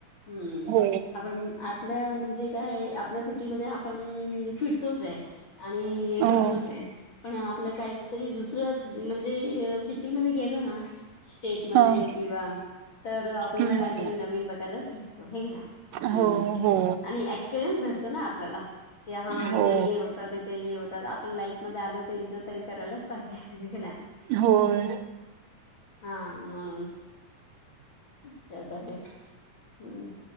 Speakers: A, on the left; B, on the right.
A: हम्म.
B: हो
A: आपण आपल्या म्हणजे काय आपल्या सिटीमध्ये आपण फिरतोच हाय. आणि
B: हो
A: हे करतोच पण आपलं काहीतरी दुसरं म्हणजे हे सिटीमध्ये गेलो ना स्टेटमध्ये
B: ह
A: किंवा तर आपल्याला
B: हम्म
A: नवीन काहीतरी बघायलाच भेटतं. हाय का ना? हम्म.
B: हो हो.
A: <unintelligible> भेटतो ना आपल्याला. की हां
B: हो
A: इथं हे होतं, तिथे हे होतात ‌. आपलं लाईफ मध्ये आलो तर एन्जॉय तरी करायलाच पाहिजे, होय का नाही?
B: होय.
A: हां म्हणून त्यासाठी. हम्म